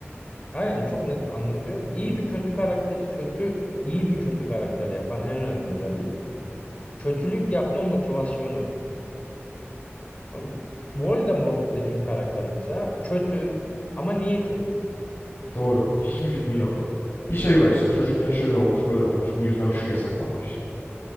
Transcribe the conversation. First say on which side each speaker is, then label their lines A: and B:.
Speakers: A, on the left (about 30°); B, on the left (about 55°).
A: aynen çok net anlatıyor. İyi bir kötü karakteri kötü, iyi bir kötü karakter yapan en önemli özellik kötülük yapma motivasyonu. Tamam mı? Voldemort dediğin karakter mesela kötü ama niye kötü?
B: Doğru. Hiçbir fikrin yok. Bir şey var işte. Çocukken şöyle olmuş, böyle olmuş. Bu yüzden şu yasaklanmış.